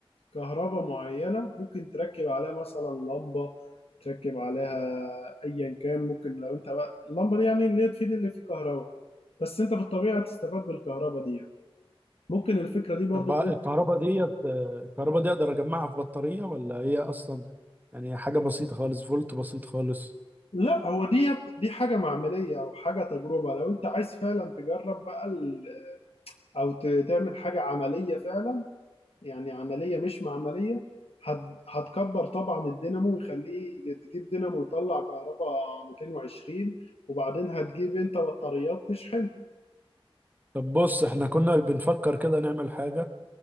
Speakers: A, on the left (about 75°); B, on the right (about 15°).
A: كهرباء معينة ممكن تركب عليها مثلا لمبة تركب عليها أيا كان ممكن لو أنت بقى اللمبة دي يعني اللي هي تفيد اللي فيه كهرباء بس أنت في الطبيعة تستفاد بالكهرباء دي يعني. ممكن الفكرة دي برضو
B: طب الكهرباء
A: إيه؟
B: ديت الكهرباء دي اقدر اجمعها في بطارية ولا هي اصلا يعني حاجة بسيطة خالص فولت بسيط خالص
A: لا هو دي دي حاجة معملية أو حاجة تجربة لو أنت عايز فعلا تجرب بقى ال... أو ت- تعمل حاجة عملية فعلا يعني عمليه مش معمليه هت- هتكبر طبعا الدينامو ويخليه تجيب دينامو يطلع كهرباء 220 وبعدين هتجيب انت بطاريات تشحن
B: طب بص احنا كنا بنفكر كده نعمل حاجة